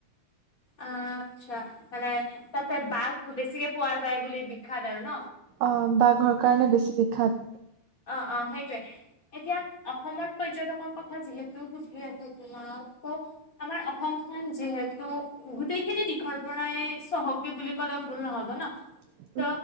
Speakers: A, on the left; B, on the right.
A: অঁ আৎচ্ছা, মানে তাতে বাঘ বেছিকে পোৱা যায় বুলি বিখ্যাত আৰু ন?
B: অঁ বাঘৰ কাৰণে বেছি বিখ্যাত।
A: অঁ অঁ সেইটোৱে। এতিয়া অসমত পৰ্যটকৰ কথা যিহেতু বো ধেই আছে তোমাক কওঁ, - আমাৰ অসমখন যিহেতু গোটেই খিনি দিশৰ পৰাই চহকী বুলি কলেও ভুল নহব ন।
B: <inaudible>
A: ত'